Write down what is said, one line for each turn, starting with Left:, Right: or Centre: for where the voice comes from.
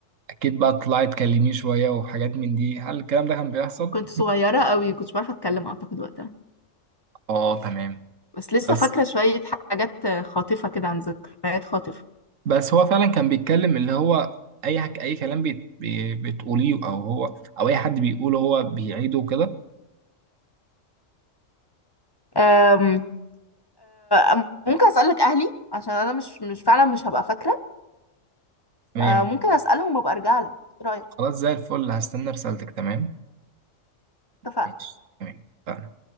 Right: اكيد بقى طلعت تكلميه شويه وحاجات من دي هل الكلام ده كان بيحصل؟
Left: كنت صغيرة قوي كنتش بعرف اتكلم اعتقد وقتها
Right: اه تمام
Left: بس لسه
Right: بس
Left: فاكرة شوية حاجات خاطفة كده عن ذكريات خاطفة
Right: بس هو فعلا كان بيتكلم اللي هو اي حك... اي كلام بي... بي... بتقوليه او هو او اي حد بيقوله هو بيعيده كده
Left: أم أم ممكن اسألك اهلي عشان انا مش مش فعلا مش هبقى فاكرة
Right: تمام
Left: فممكن اسألهم وابقى ارجع لك ايه رأيك
Right: خلاص زي الفل هستنى رسالتك تمام
Left: اتفقنا
Right: ماشي تمام